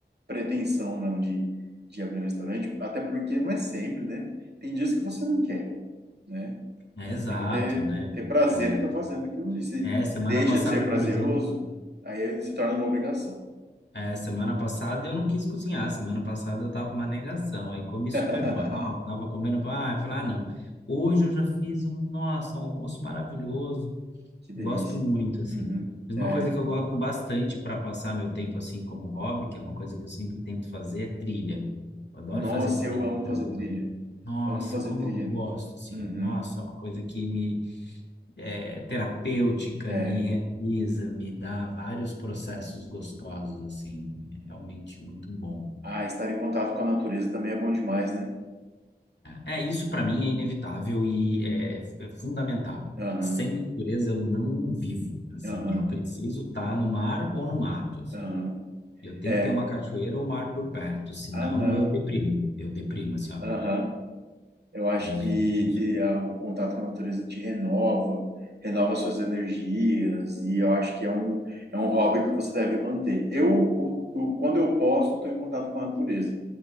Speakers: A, on the right; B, on the left.
A: pretensão, não, de, de abrir um restaurante, até porque não é sempre, né? Tem dias que você não quer, né?
B: É,
A: Você
B: exato,
A: tem que ter,
B: né?
A: ter prazer
B: É,
A: em estar fazendo aquilo ali. Se
B: É, semana
A: deixa
B: passada,
A: de ser prazeroso,
B: por exemplo,
A: aí se torna uma obrigação.
B: é, semana passada eu não quis cozinhar, semana passada eu tava uma negação, aí comi super
A: <laughs>
B: mal, tava comendo, ah, eu falei, ah, não. Hoje eu já fiz um, nossa, um almoço maravilhoso,
A: Que delícia.
B: gosto muito, assim.
A: Uhum.
B: Mas
A: É.
B: uma coisa que eu gosto bastante para passar meu tempo assim como hobby, que é uma coisa que eu sempre tento fazer, é trilha. Eu adoro
A: Nossa,
B: fazer trilha
A: eu amo fazer
B: para alguma
A: trilha.
B: Nossa,
A: Amo fazer
B: como
A: trilha.
B: eu gosto, assim,
A: Uhum.
B: ó. nossa, é uma coisa que me é terapêutica,
A: É.
B: me realiza, me dá vários processos gostosos, assim, é realmente muito bom.
A: Ah, estar em contato com a natureza também é bom demais, né?
B: É, é, isso para mim é inevitável e é, é fundamental.
A: Aham,
B: Sem natureza eu não vivo, assim,
A: aham,
B: eu preciso estar no mar ou no mato, assim.
A: aham.
B: Eu tenho
A: É.
B: que ter uma cachoeira ou um mar por perto, senão
A: Ah, não.
B: eu deprimo, eu deprimo, assim, ó,
A: Aham. Eu acho
B: é bem
A: que
B: difícil.
A: e, a- o contato com a natureza te renova, renova suas energias, e eu acho que é um, é um hobby que você deve manter. Eu, o, o- quando eu posso, estou em contato com a natureza.